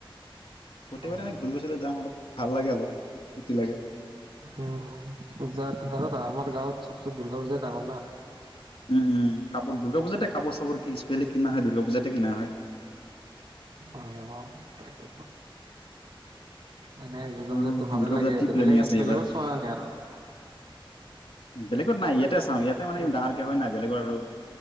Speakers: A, on the left; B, on the right.
A: প্ৰত্যেকবাৰে
B: অ
A: এনে ঘূৰিব চূৰিব যাওঁ অলপ ভাল লাগে অলপ ফূৰ্তি লাগে
B: উ পূজাত আমাৰ গাঁৱত চবচে দুৰ্গা পূজা ডাঙৰ না
A: উম উম কাপোৰ দুৰ্গা পূজাতে কাপোৰ চাপোৰ কি স্পেচেলি কিনা হয় দুৰ্গা পূজাতে কিনা হয়
B: অ তাকে এনেই দুৰ্গা
A: অ'
B: পুজাততো ভালে
A: দুৰ্গা
B: লাগে
A: পূজাৰ কি
B: ইতে
A: প্লেনিং
B: বেলেগ
A: আছে
B: বেলেগত
A: এইবাৰ
B: চোৱা নাই আৰু
A: বেলেগত নাই ইয়াতে চাও ইয়াতে মানে
B: উম,
A: ডাঙৰকে হয় নাই বেলেগৰ আৰু